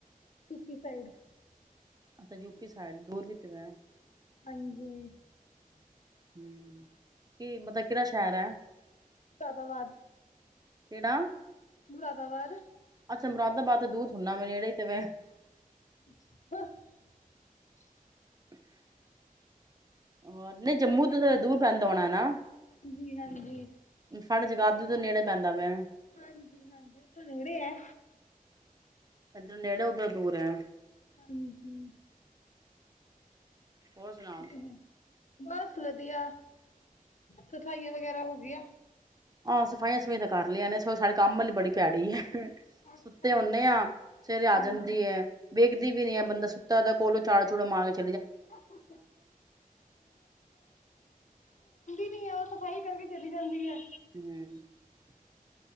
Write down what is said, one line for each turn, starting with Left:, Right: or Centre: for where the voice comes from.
Left: <unintelligible>
Right: <unintelligible>
Left: <unintelligible>
Right: <unintelligible>
Left: ਮੁਰਾਦਾਬਾਦ
Right: ਕਿਹੜਾ
Left: ਮੁਰਾਦਾਬਾਦ
Right: <unintelligible>
Left: <unintelligible>
Right: <unintelligible> <unintelligible> ਨਹੀਂ ਜੰਮੂ ਤੋਂ ਤਾਂ ਦੂਰ ਪੈਂਦਾ ਹੋਣਾ ਨਾ
Left: ਹਾਂਜੀ ਹਾਂਜੀ
Right: ਪਰ ਜਗਾਧਾਰੀ ਤੋਂ ਨੇੜੇ ਪੈਂਦਾ ਵੇ
Left: ਹਾਂਜੀ ਹਾਂਜੀ ਓਥੋਂ ਨੇਡ਼ੇ ਹੈ
Right: ਐਥੋਂ ਨੇਡ਼ੇ ਓਦਰੋ ਦੂਰ ਹੈ
Left: <unintelligible>
Right: ਹੋਰ ਸੁਣਾਓ
Left: ਉਹ ਤੇ ਹੈ ਬਸ ਵਧੀਆ ਸਫਾਈਆਂ ਵਗੈਰਾ ਹੋਗੀ ਹੈ
Right: ਹਾਂ ਸਫਾਈਆਂ ਸੂਫ਼ੀਆਂ ਤਾਂ ਕਰ ਲਿਆਂ ਨੇ <unintelligible> ਸਾਡੇ ਕੰਮ ਵਾਲੀ ਬੜੀ ਭੈੜੀ ਹੈ
Left: ਅੱਛਾ
Right: ਸੁੱਤੇ ਹੋਣੇ ਆ ਫੇਰ ਆ
Left: ਹਾਂਜੀ
Right: ਜਾਂਦੀ ਏ <unintelligible>
Left: <unintelligible> ਆਂਦੀ ਨੀ ਹੈ ਉਹ ਸਫ਼ਾਈ ਕਰਕੇ ਚਲੀ ਜਾਂਦੀ ਹੈ
Right: <inaudible> <inaudible>